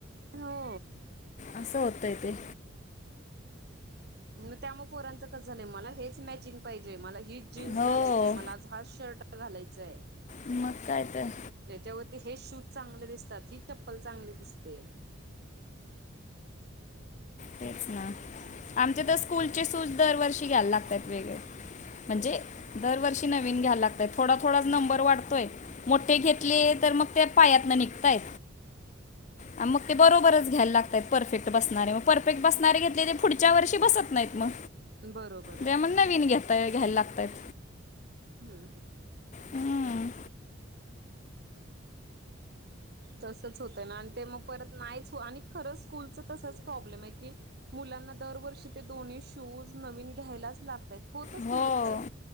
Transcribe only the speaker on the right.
हो.
मग त्यामु पोरांचं कसं झालंय, मला हेच मॅचिंग पायजे, मला हीच जीन्स
घालायची मला आज् हाच शर्ट घालायचाय.
त्याच्यावरती हे शूज चांगले दिसतात. ही चप्पल चांगली दिसते.
बरोबरे.
हम्म हम्म.
तसच होतं ना आण ते म परत नाईच हो आणि खरंच स्कूलचं तसंच प्रॉब्लेमाय की मुलांना दरवर्षी ते दोन्ही शूज नवीन घ्यायलाचं लागत्यायत. होतच
नाही तर